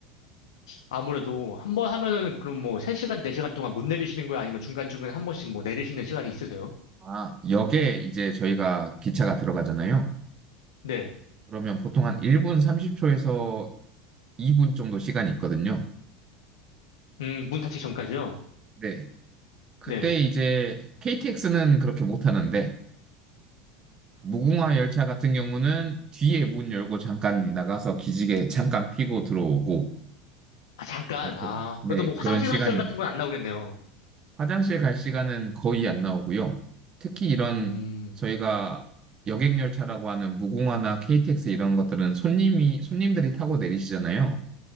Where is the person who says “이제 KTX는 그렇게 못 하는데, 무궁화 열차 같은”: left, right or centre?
Right